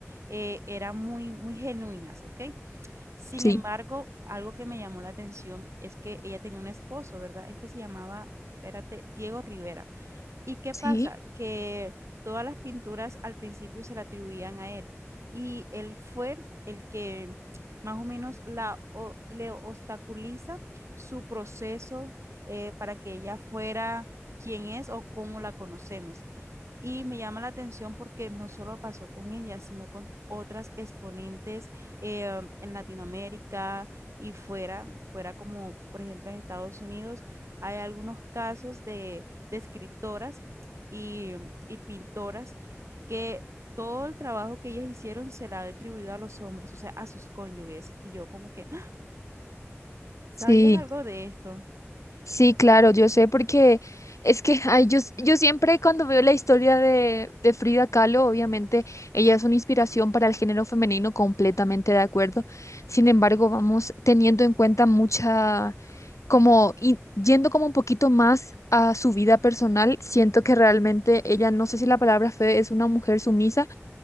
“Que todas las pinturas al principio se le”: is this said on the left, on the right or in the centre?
Right